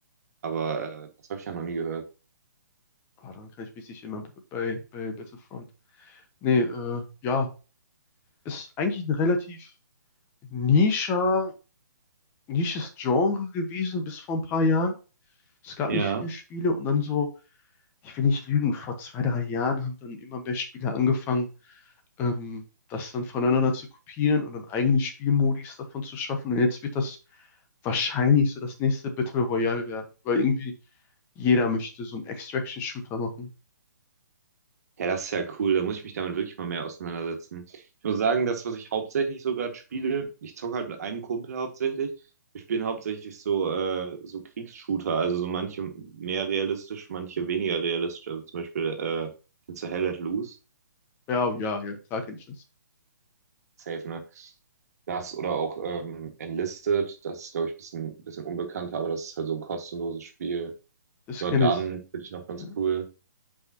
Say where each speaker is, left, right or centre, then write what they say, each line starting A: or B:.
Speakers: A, on the right; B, on the left.
A: Aber äh, das habe ich ja noch nie gehört.
B: Ah, dann kann ich mich nicht immer bei, bei Battlefront. Nee, äh, ja, ist eigentlich ein relativ nischer, nisches Genre gewesen bis vor ein paar Jahren. Es gab
A: Ja.
B: nicht viele Spiele und dann so, ich will nicht lügen, vor zwei, drei Jahren haben dann immer mehr Spieler angefangen, ähm, das dann voneinander zu kopieren und dann eigene Spielmodis davon zu schaffen. Und jetzt wird das wahrscheinlich so das nächste Battle Royale werden, weil irgendwie jeder möchte so einen Extraction-Shooter machen.
A: Ja, das ist ja cool. Da muss ich mich damit wirklich mal mehr auseinandersetzen. Ich muss sagen, das, was ich hauptsächlich so gerade spiele, ich zocke halt mit einem Kumpel hauptsächlich. Wir spielen hauptsächlich so, äh, so Kriegsshooter, also so manche mehr realistisch, manche weniger realistisch. Also zum Beispiel, äh, kennst du Hell Let Loose?
B: Ja, ja, ja, klar kenne ich das.
A: Safe, ne? Das oder auch ähm, Enlisted, das ist, glaube ich, ein bisschen, bisschen unbekannter, aber das ist halt so ein kostenloses Spiel.
B: Das
A: Jordan
B: kenne ich.
A: finde ich noch ganz
B: Ja.
A: cool.